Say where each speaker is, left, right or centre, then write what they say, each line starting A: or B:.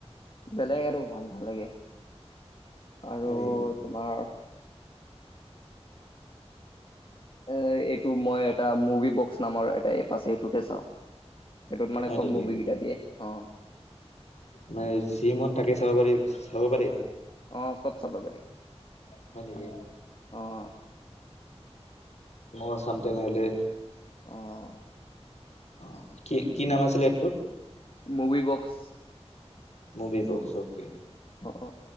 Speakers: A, on the left; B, on the left.
A: বেলেগ আৰু ভাল নালাগে আৰু
B: হয় নেকি
A: তোমাৰ এ এইটো মই এটা মুভি বক্স নামৰ এটা এপ আছে এইটোতে চাওঁ। সেইটোত মানে
B: হয়
A: চব
B: নেকি
A: মুভি কেইটা দিয়ে অ
B: নাই জি মন থাকে চাব পাৰি চাব পাৰি।
A: অ চব চাব পাৰি।
B: হয় নেকি?
A: অ',
B: মই চাম তেনেহলে
A: অ'।
B: অ কি কি নাম আছিলে এপটোৰ
A: movie box
B: movie box okay
A: অ